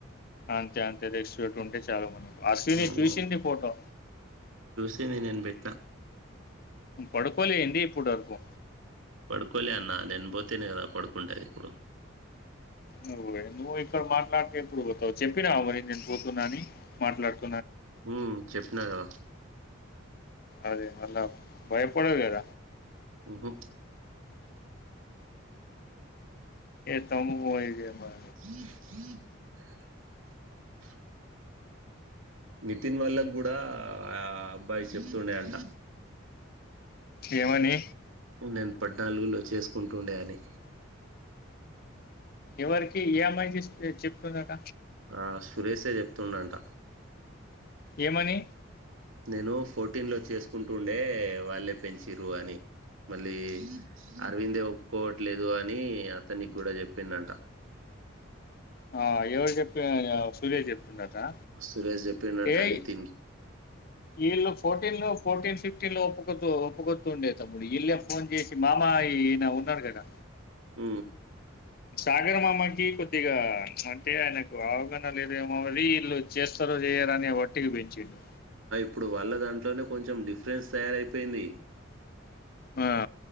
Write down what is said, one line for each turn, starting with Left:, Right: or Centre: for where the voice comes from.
Left: అంతే అంతే రెస్పెక్ట్ ఉంటే చాలు మనకు అశ్విని
Right: ఉమ్,
Left: చూసింది ఫోటో
Right: ఇది నేను పెట్ట
Left: పడుకోలేన్ ఇప్పుడు ఆర్కు
Right: పడుకోలే అన్నా నేను పోతేనే కదా పడుకుంటాది ఇప్పుడు
Left: నువ్వు ఏమో ఇక్కడ మాట్లాడితే ఎప్పుడు పోతావు చెప్పినావు మరి నేను పోతున్నాని మాట్లాడుత
Right: మ్ చెప్పిన కద
Left: అదే మళ్ళా భయపడదు కద
Right: మ్ హు
Left: ఏ తమ్యి పోయగ మర
Right: <unintelligible> నితిన్ వాళ్ళకి కూడా ఆ అబ్బాయి చెప్తుండే అంట
Left: ఏమని
Right: నేను పడ్నాలుగునీ చేసుకుంటుండే అని
Left: ఎవరికి ఈ అమ్మాయి చుస్ చేపుతుందుంట
Right: ఆ సురేషే చెప్తుండంట
Left: ఏమని
Right: నేను ఫోర్టీన్లో చేసుకుంటుండే వాళ్ళే పెంచ్రు అని మళ్ళీ అరవిందే ఒప్పుకోవట్లేదు అని అతనికి కూడా చెప్పిందంట
Left: ఆ ఎవరి చెప్పిన అని ఆ సురేష్ చెప్పిన ఉండదా
Right: సురేష్ చెప్పిండంట
Left: ఏయే
Right: నితిన్ కి
Left: విళ్ళ ఫోర్టీన్ లో ఫోర్టీన్ ఫ ఫిఫ్టీ లో ఒక్కపొద్దు ఒక్కపొద్దుండే తమ్ముడు ఈళ్ళే ఫోన్ చేసి మామా ఈన ఉన్నాడు గదా
Right: ఊ
Left: సగర మామకి కొద్దిగా అంటే ఆయనకు అవగాహన లేదు ఏమో <inaudible> ఈళ్ళు చేస్తారో చెయ్యరో అని వట్టికి పెంచంచిడు
Right: అప్పుడు వల్ల దాంట్లోనే కొంచెం డిఫరెన్స్ తయారైపోయింది
Left: ఆ